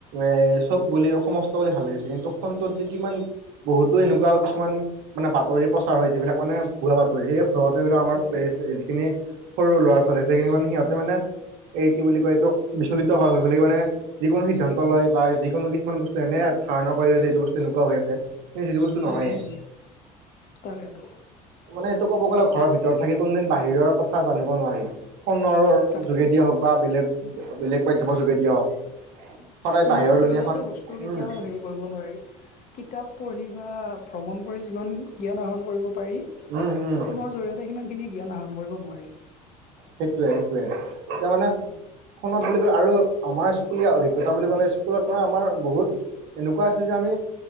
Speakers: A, on the right; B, on the left.
A: এ, চব বুলি সমস্ত বুলি ভাবি লৈছে কিন্তু ফোনটোত যে কিমান বহুতো এনেকুৱা কিছুমান মানে বাতৰি প্ৰচাৰ হয় যিবিলাক মানে ভুৱা বাতৰি সেই সিহঁতে এইবিলাক আমাৰ
B: ভুৱা বাতৰি
A: এই, <unintelligible> যিখিনি সৰু ল'ৰা ছোৱালী আছে সেইখিনি মানে সিহঁতে মানে। এই কি বুলি কয় এইটো বিচলিত হয় হৈ <unintelligible> মানে যিকোনো সিদ্ধান্ত লয় বা যিকোনো কিছুমান বস্তু এনে ধাৰণা কৰি লয় যে এইটো বস্তু এনেকুৱা হৈ আছে। কিন্তু যিটো বস্তু নহয়ে।
B: উম উম উম তাকেতো
A: মানে এইটো ক'ব গ'লে ঘৰৰ ভিতৰত থাকি কোনদিন বাহিৰৰ কথা জানিব নোৱাৰি। ফোনৰ।
B: তাকে
A: যোগেদিয়ে হওক বা বেলেগ, বেলেগ মাধ্যমৰ যোগেদিয়ে হওক। সদায়
B: ফোনৰ
A: বাহিৰৰ
B: জৰিয়তে
A: দুুনীয়াখন
B: বস্তু কেতিয়াও
A: উম
B: হেৰি নোৱাৰি কিতাপ পঢ়ি বা ভ্ৰমণ কৰি যিমান। জ্ঞান আহৰণ কৰিব পাৰি ফোনৰ
A: উম উম
B: জৰিয়তে সিমান খিনি জ্ঞান আহৰণ কৰিব নোৱাৰি।
A: সেইটোৱে, সেইটোৱে এতিয়া মানে
B: উম
A: ফোনত বুলি ক'লে আৰু আমাৰ স্কুলীয়া অভিজ্ঞতা বুলি ক'লে স্কুলত মানে আমাৰ বহুত। এনেকুৱা আছিল যে আমি।